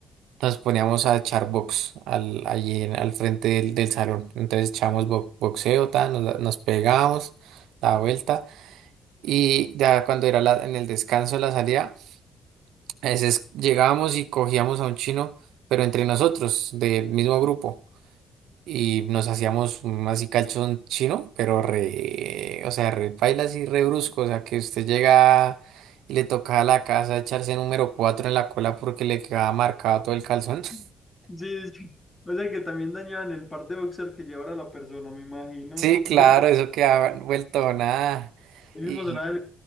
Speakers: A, on the right (about 90°); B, on the left (about 20°).
A: nos poníamos a echar box al, allí en- al frente del, del salón. Entonces echábamos bo- boxeo, ta, nos, nos pegábamos la vuelta y ya cuando era la- en el descanso, la salida, a veces llegábamos y cogíamos a un chino, pero entre nosotros, del mismo grupo y nos hacíamos un así calzón chino, pero re, o sea, re paila así re brusco, o sea, que usted llega y le toca a la casa echarse número 4 en la cola porque le quedaba marcado todo el calzón.
B: Sí,
A: <laughs>
B: sí. sí. O sea que también dañaban el par de boxer que llevara la persona, me imagino.
A: Sí, claro,
B: Eso
A: eso quedaba vuelto nada.
B: el
A: Y
B: mismo sonaba
A: <laughs>
B: el,